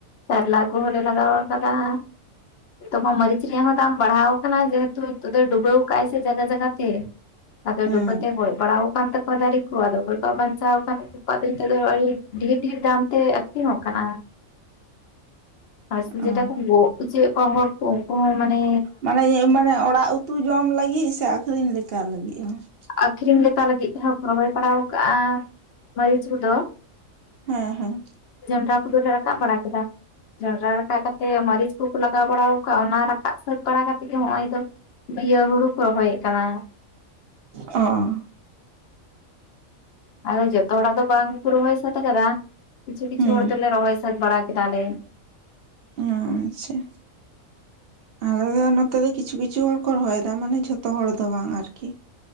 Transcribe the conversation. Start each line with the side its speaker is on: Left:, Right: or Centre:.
Left: ᱠᱟᱨᱞᱟ ᱜᱩ ᱦᱚᱞᱮ ᱞᱟᱜᱟᱣ ᱠᱟᱫᱟ ᱾ ᱱᱤᱛᱚᱜ ᱢᱟ ᱢᱟᱹᱨᱤᱪ ᱨᱮᱭᱟᱜ ᱦᱚᱸ ᱫᱟᱢ ᱵᱟᱲᱦᱟᱣ ᱟᱠᱟᱱᱟ ᱡᱮᱦᱮᱛᱩ ᱱᱤᱛᱚᱜ ᱰᱩᱵᱟᱹᱣ ᱠᱟᱜᱼᱟ ᱥᱮ ᱡᱟᱜᱜᱟ ᱡᱟᱭᱜᱟ ᱛᱮ ᱾ ᱟᱫᱚ
Right: ᱦᱮᱸ
Left: ᱰᱩᱵᱟᱹᱛᱮ ᱜᱚᱡ ᱵᱟᱲᱟᱣ ᱟᱠᱟᱱ ᱛᱟᱠᱚᱣᱟ ᱠᱚ ᱫᱟᱨᱨ ᱠᱚ ᱟᱫᱚᱼᱼ ᱠᱷ ᱠᱚᱣᱟᱜ ᱵᱟᱧᱪᱟᱣ ᱠᱷᱟᱱ ᱩᱱᱟᱹᱜ ᱫᱚ ᱱᱤᱛᱚᱜ ᱫᱚ ᱟᱹᱰᱤ ᱰᱷᱮᱨ ᱰᱷᱮᱨ ᱫᱟᱢ ᱛᱮ ᱟᱹᱠᱷᱨᱤᱧᱚᱜ ᱠᱟᱱᱟ ᱾ ᱟᱨ ᱡᱮᱴᱟ
Right: ᱚ
Left: ᱠᱚ ᱜᱚᱜ ᱦᱚᱪᱚᱭᱮᱫ ᱠᱚᱣᱟ ᱦᱚᱲ ᱠᱚ ᱩᱱᱠᱩ ᱦᱚᱸ ᱢᱟᱱᱮᱼᱼ
Right: ᱢᱟᱱᱮ, ᱢᱟᱱᱮ ᱚᱲᱟᱜ ᱩᱛᱩ ᱡᱚᱢ ᱞᱟᱹᱜᱤᱫ ᱥᱮ ᱟᱠᱷᱨᱤᱧ ᱞᱮᱠᱟ ᱞᱟᱹᱜᱤᱫ ᱦᱚᱸ ᱾
Left: ᱟᱠᱷᱨᱤᱧ ᱞᱮᱠᱟ ᱞᱟᱹᱜᱤᱫ ᱛᱮᱦᱚᱸ ᱠᱚ ᱨᱚᱦᱚᱭ ᱵᱟᱲᱟ ᱟᱠᱟᱜᱼᱟ ᱢᱟᱹᱨᱤᱪ ᱠᱚᱫᱚ ᱾
Right: ᱦᱮᱸ ᱦᱮᱸ ᱾
Left: ᱡᱚᱱᱰᱨᱟ ᱠᱚᱫᱚᱞᱮ ᱨᱟᱠᱟᱵ ᱵᱟᱲᱟ ᱠᱮᱫᱟ ᱡᱚᱱᱰᱨᱟ ᱨᱟᱠᱟᱵ ᱠᱟᱛᱮ ᱢᱟᱹᱨᱤᱪ ᱠᱚᱼᱼ ᱞᱟᱜᱟᱣ ᱵᱟᱲᱟ ᱜᱮ ᱟᱫᱷᱟ ᱟᱠᱟᱫ ᱨᱟᱠᱟᱵ ᱥᱟᱹᱛ ᱵᱟᱲᱟ ᱠᱟᱛᱮᱫ ᱜᱮ ᱱᱚᱜᱼᱚᱭ ᱫᱚ ᱤᱭᱟᱹ ᱦᱩᱲᱩ ᱠᱚ ᱨᱚᱦᱚᱭᱮᱫ ᱠᱟᱱᱟ ᱾
Right: ᱚᱸ
Left: ᱟᱫᱚ ᱡᱚᱛᱚ ᱦᱚᱲᱟᱜ ᱫᱚ ᱵᱟᱝ ᱠᱚ ᱨᱚᱦᱚᱭ ᱥᱟᱹᱛ ᱟᱠᱟᱫᱟ ᱠᱤᱪᱷᱩ ᱠᱤᱪᱷᱩ
Right: ᱦᱩᱸ
Left: ᱦᱚᱲ ᱫᱚᱞᱮ ᱨᱚᱦᱚᱭ ᱥᱟᱹᱛ ᱵᱟᱲᱟ ᱠᱮᱫᱟᱞᱮ ᱾
Right: ᱟᱪᱪᱷᱟ ᱾ ᱟᱞᱮ ᱱᱚᱛᱮ ᱫᱚ ᱠᱤᱪᱷᱩ ᱠᱤᱪᱷᱩ ᱦᱚᱲ ᱠᱚ ᱨᱚᱦᱚᱭᱮᱫᱟ ᱢᱟᱱᱮ ᱡᱷᱚᱛᱚ ᱦᱚᱲ ᱫᱚ ᱵᱟᱝ ᱟᱨᱠᱤ ᱾